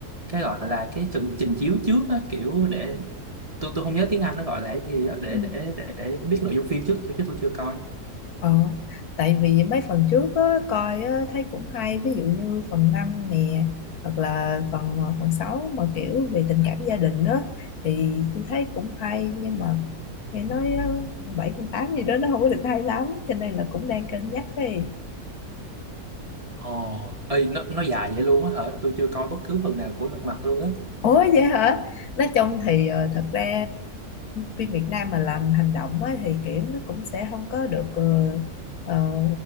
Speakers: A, on the right (about 25°); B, on the left (about 70°).
A: cái gọi là cái trình trình chiếu trước á kiểu để tôi tôi không nhớ tiếng Anh nó gọi là cái gì á để
B: Ừ.
A: để để để biết nội dung phim trước chứ chứ tôi chưa coi.
B: Ờ, tại vì mấy phần trước á, coi á, thấy cũng hay ví dụ như phần 5 nè hoặc là phần ờ, phần 6 mà kiểu về tình cảm gia đình á thì tôi thấy cũng hay nhưng mà nghe nói á, phần 7, phần 8 gì đó nó không có được hay lắm cho nên là cũng đang cân nhắc đi
A: Ồ, ơi nó nó dài vậy luôn á hả? Tôi chưa coi bất cứ phần nào của lật mặt luôn á.
B: Ủa vậy hả? Nói chung thì ờ, thật ra phim Việt Nam mà làm hành động á, thì kiểu nó cũng sẽ không có được ờ, ờ,